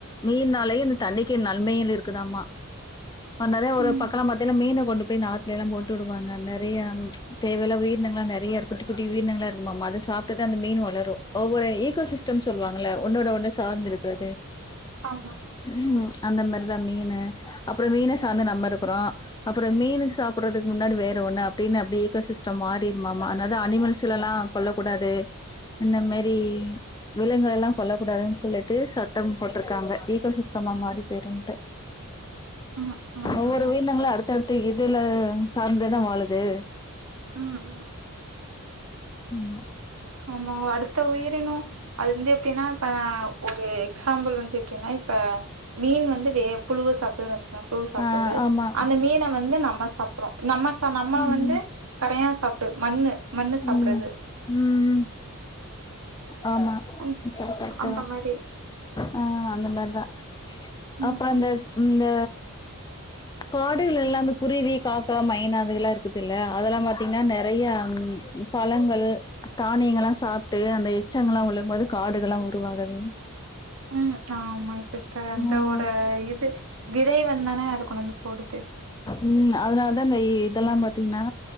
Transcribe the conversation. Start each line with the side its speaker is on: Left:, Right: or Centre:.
Left: மீன்னாலயே இந்த தண்ணிக்கி நன்மைகள் இருக்குதாமா அதனாலதா ஒரு
Right: ம்
Left: ஒரு பாக்கோல்லா பாத்தீங்கன்னா மீன கொண்டு போய் இந்த ஆத்துல எல்லா போட்டு விடுவாங்க நெறையா தேவையில்லா உயிரினங்கள் எல்லா நெறையா இருக்கு குட்டி குட்டி உயிரினங்கள்ல்லா இருக்குமாமா அத சாப்ட்டுதா இந்த மீன் வளரு ஒவ்வொரு ஈகோசிஸ்டம் சொல்லுவாங்கல்ல ஒன்னோட ஒண்ணு சார்ந்து இருக்குறது
Right: ஆமா
Left: ம் அந்த மாரிதா மீன் அப்பறோ மீன சார்ந்து நம்ம இருக்குறோ அப்புறோ மீனுக்கு சாப்பிட்றதுக்கு முன்னாடி வேற ஒண்ணு அப்படின்னு அப்படியேக சிஸ்டம் மாறிட்மாமா அத்னாலதா அனிமல்ஸ்லெல்லா கொல்லக் கூடாது இந்த மேரி விலங்கல்லா கொல்லக்கூடாதுன்னு சொல்லிட்டு சட்டம் போட்டிருக்காங்க ஈகோசிஸ்டம் மாறி போயிடேம்டு
Right: ம் ஆமாங்க
Left: ஒவ்வொரு உயிரினங்களூ அடுத் தட்டு இதுல சார்ந்துதானே வாழுது
Right: ம் ம்
Left: ம்மா
Right: ஆமாங்க அடுத்த உயிரினம் அது வந்து எப்படின்னா இப்ப ந ஒரு எக்ஸாம்பிள் வந்து எப்பிடின்னா இப்ப மீன் வந்து வே புழுவ சாப்படுதுன்னு வச்சுங்ளோ புழு சாப்பிடுது
Left: ஆ ஆமா
Right: அந்த மீனை வந்து நம்ம சாப்பட்றோ நம்ம ச நம்ம
Left: ம்
Right: வந்து கரையா சாப் டுது மண்ணு மண்ணு சாப்பிடுது
Left: ம் ம் ஆமா
Right: ம்
Left: சரி கரெக்ட்டுதா
Right: அந்தமாரி
Left: ஆ அந்த மாரிதா
Right: ம்
Left: அப்புறோ ‌அந்த
Right: ம்
Left: இந்த காடுகள் லெல்லாம் அந்து குருவி காக்கா மைனா அதுகெல்லா இருக்குது இல்ல அதெல்லா பாத்தீங்ன்னா நெறய பலங்கள் தானியங்கள் எல்லா சாப்டு அந்த எச்சங்கெலா விழும் போது காடுகள் எல்லா உருவாகுது
Right: ம் ஆமா சிஸ்டர் அந்தோட
Left: ம்
Right: இது விதை வந் தான ‌அது கொண்டாந் போடுது
Left: ம் அதனாலதா இந்த இதெல்லா பாத்தீங்கன்னா